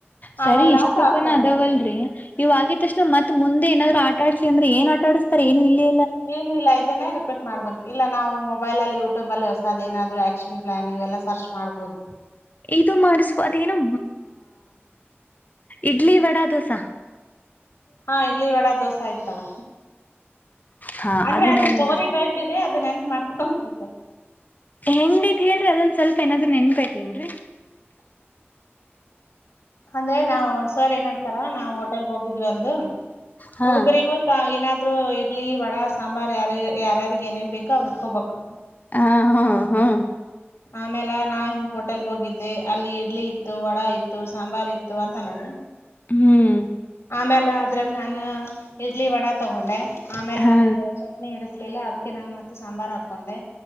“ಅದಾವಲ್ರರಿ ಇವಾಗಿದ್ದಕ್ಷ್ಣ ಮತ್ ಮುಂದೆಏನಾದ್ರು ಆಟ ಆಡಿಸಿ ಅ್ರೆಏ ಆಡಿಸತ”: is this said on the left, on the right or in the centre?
Left